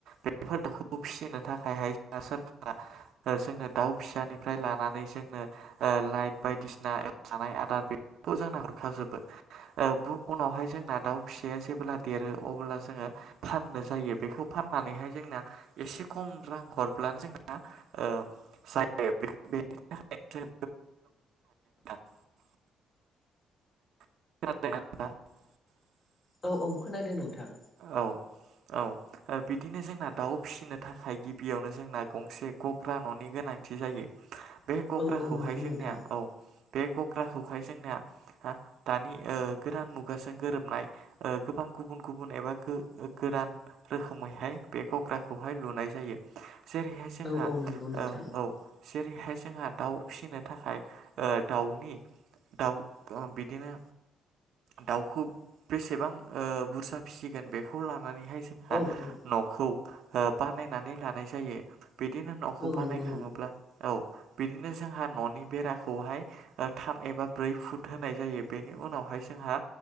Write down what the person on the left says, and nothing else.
औ औ खोनादों नोंथां।
औ औ नंगौ
नोंथां
औ
औ नंगौ नोंथां
औ औ
औ
नंगौ नंगौ